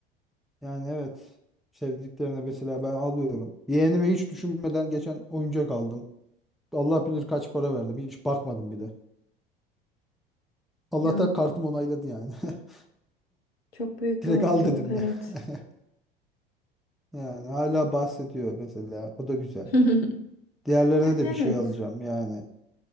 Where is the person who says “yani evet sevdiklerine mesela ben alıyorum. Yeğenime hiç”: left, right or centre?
Centre